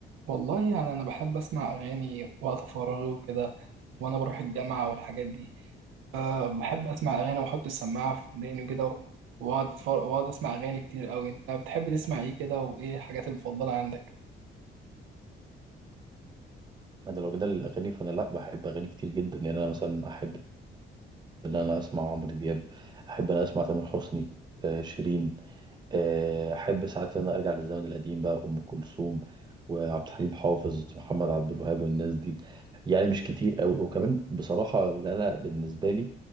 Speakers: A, on the right; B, on the right.
A: والله يعني أنا بحب أسمع أغاني وقت فراغي وكده وأنا بروح الجامعة والحاجات دي أه، بحب أسمع أغاني وأحط السماعة في وداني وكده وأقعد أتفرج وأقعد أسمع أغاني كتير أوي أنت بتحب تسمع إيه كده وإيه الحاجات المفضلة عندك؟
B: انا لو جدال الاغاني فانا لا بحب اغاني كتير جدا يعني انا مثلا احب ان انا اسمع عمرو دياب احب ان انا اسمع تامر حسني آه شيرين آه احب ساعات ان انا ارجع للزمن القديم بقى ام كلثوم وعبد الحليم حافظ محمد عبد الوهاب والناس دي يعني مش كتير قوي وكمان بصراحه لا لا بالنسبه لي